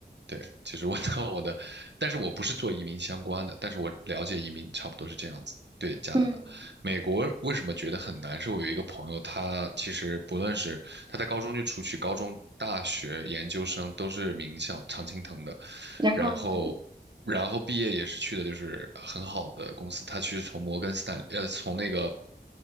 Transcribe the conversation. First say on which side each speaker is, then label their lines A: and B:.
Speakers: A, on the right; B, on the right.
A: 对，就是我到我的，但是我不是做移民相关的，但是我了解移民差不多是这样子。对加拿大、
B: 嗯，
A: 美国为什么觉得很难？是我有一个朋友，他其实不论是他在高中就出去，高中、大学、研究生都是名校常青藤的，
B: 然后呢？
A: 然后，然后毕业也是去的就是很好的公司，他其实从摩根斯坦，呃，从那个